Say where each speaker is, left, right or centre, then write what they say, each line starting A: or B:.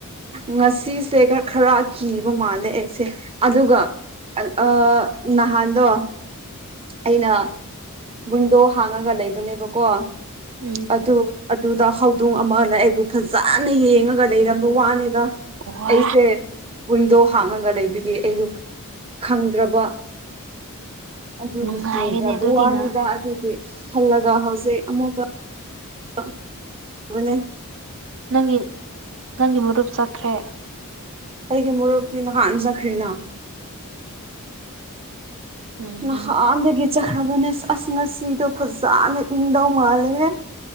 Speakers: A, on the right; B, on the right.
A: ꯉꯁꯤꯁꯦ ꯈꯔ ꯀꯤꯕ ꯃꯥꯜꯂꯦ ꯑꯩꯁꯦ ꯑꯗꯨꯒ ꯑ ꯅꯍꯥꯟꯗꯣ ꯑꯩꯅ ꯋꯤꯟꯗꯣ ꯍꯥꯡꯉꯒ ꯂꯩꯕꯅꯦꯕꯀꯣ
B: ꯎꯝ
A: ꯑꯗꯨ ꯑꯗꯨꯗ ꯍꯧꯗꯣꯡ ꯑꯃꯅ ꯑꯩꯕꯨ ꯐꯖꯅ ꯌꯦꯡꯉꯒ ꯂꯩꯔꯝꯕ ꯋꯥꯅꯤꯗ
B: ꯋꯥ
A: ꯑꯩꯁꯦ ꯋꯤꯟꯗꯣ ꯍꯥꯡꯉꯒ ꯂꯩꯕꯤꯒ ꯑꯩꯗꯣ ꯈꯪꯗ꯭ꯔꯕ ꯑꯗꯨꯒꯤ
B: ꯅꯨꯡꯉꯥꯏꯔꯦꯅꯦ
A: ꯀꯤꯖꯕ
B: ꯑꯗꯨꯗꯤ
A: ꯋꯥꯅꯤꯗ
B: ꯅꯪ
A: ꯑꯗꯨꯒꯤ ꯈꯜꯂꯒ ꯍꯧꯖꯤꯛ ꯑꯃꯨꯛꯀ <unintelligible>
B: ꯅꯪꯒꯤ ꯅꯪꯒꯤ ꯃꯔꯨꯞ ꯆꯠꯈ꯭ꯔꯦ
A: ꯑꯩꯒꯤ ꯃꯣꯔꯨꯞꯇꯤ ꯅꯍꯥꯟ ꯆꯠꯈ꯭ꯔ‌ꯦꯅ
B: ꯎꯝ
A: ꯅꯍꯥꯟꯗꯒꯤ
B: ꯎꯝ
A: ꯆꯠꯈ꯭ꯔꯕꯅꯦ ꯑꯁ ꯉꯥꯁꯤꯗꯣ ꯐꯖꯅ ꯏꯪꯗꯧ ꯃꯥꯥꯜꯂ‌ꯦꯍ‌‌ꯦ